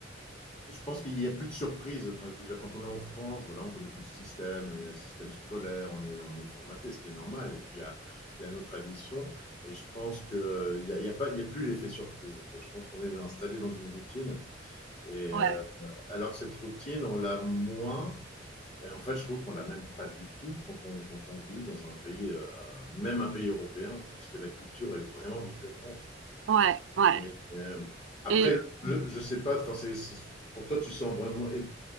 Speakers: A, on the left (about 35°); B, on the right (about 85°).
A: Je pense qu'il n'y a plus de surprise. Enfin, je veux dire, quand on est en France, voilà, on connaît tout le système, il y a le système scolaire, on est, on est formaté, ce qui est normal. Et puis, il y a, il y a nos traditions. Et je pense qu'il n'y a, il y a, pas- il y a plus l'effet surprise, en fait. Je pense qu'on est installé dans une routine. Et
B: Ouais,
A: euh, alors que cette routine, on l'a moins. Et en fait, je trouve qu'on l'a même pas du tout quand on, quand on vit dans un pays, euh, même un pays européen, parce que la culture est vraiment différente.
B: ouais, ouais.
A: Et, euh, après,
B: Et,
A: le- je ne sais pas, enfin, c'est- c'est- pour toi, tu sens vraiment. et